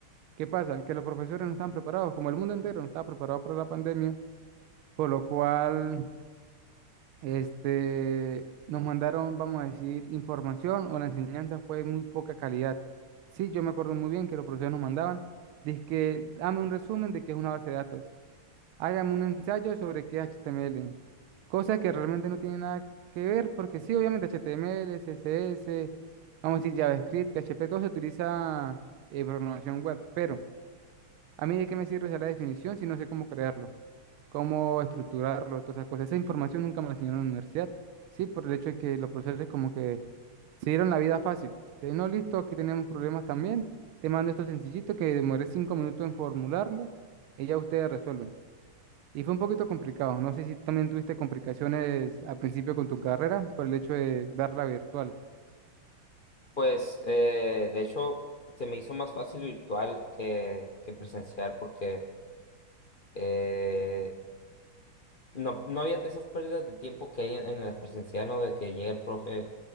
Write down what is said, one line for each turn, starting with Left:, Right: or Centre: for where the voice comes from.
Right: ¿Qué pasa? Que los profesores no están preparados, como el mundo entero no estaba preparado para la pandemia, por lo cual este, nos mandaron, vamos a decir, información o la enseñanza fue de muy poca calidad. Sí, yo me acuerdo muy bien que los profesores nos mandaban, que dame un resumen de qué es una base de datos, hágame un ensayo sobre qué es HTML, cosas que realmente no tienen nada que ver, porque sí, obviamente HTML, CSS, vamos a decir JavaScript, PHP, todo se utiliza en programación web, pero... A mí de qué me sirve saber la definición si no sé cómo crearlo, cómo estructurarlo, todas esas cosas. Esa información nunca me la enseñaron en la universidad. Sí, por el hecho de que los profesores como que se dieron la vida fácil. De no, listo, aquí tenemos problemas también. Te mando esto sencillito que demoré cinco minutos en formularlo y ya ustedes resuelven. Y fue un poquito complicado. No sé si también tuviste complicaciones al principio con tu carrera por el hecho de verla virtual.
Left: Pues, eh, de hecho, se me hizo más fácil virtual que, que presencial porque eh, no, no había esas pérdidas de tiempo que hay en, en la presencial, ¿no? De que llega el profe